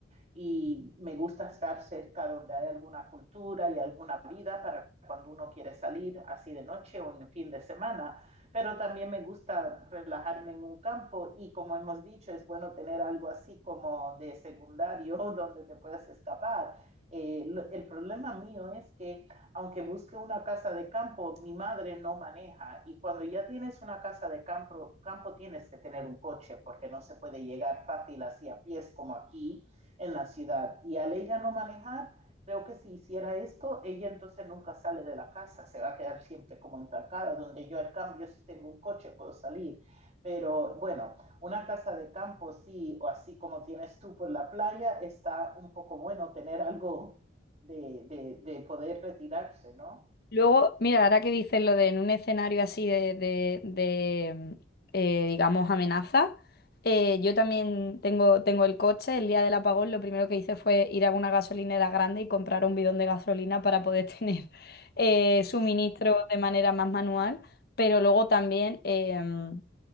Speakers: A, on the right; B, on the left.
A: y me gusta estar cerca donde hay alguna cultura y alguna vida para cuando uno quiere salir así de noche o en fin de semana, pero también me gusta relajarme en un campo y como hemos dicho, es bueno tener algo así como de secundario <laughs> donde te puedas escapar. Eh, el problema mío es que aunque busque una casa de campo, mi madre no maneja y cuando ya tienes una casa de campo, campo tienes que tener un coche porque no se puede llegar fácil así a pies como aquí en la ciudad. Y al ella no manejar, creo que si hiciera esto, ella entonces nunca sale de la casa, se va a quedar siempre como entancada, donde yo al cambio si tengo un coche puedo salir. Pero bueno, una casa de campo sí, o así como tienes tú por la playa, está un poco bueno tener algo de, de, de poder retirarse, ¿no?
B: Luego, mira, ahora que dices lo de en un escenario así de, de- de, mm, eh, digamos, amenaza, eh, yo también tengo, tengo el coche. El día del apagón lo primero que hice fue ir a una gasolinera grande y comprar un bidón de gasolina para poder <laughs> tener eh, suministro de manera más manual. Pero luego también... em,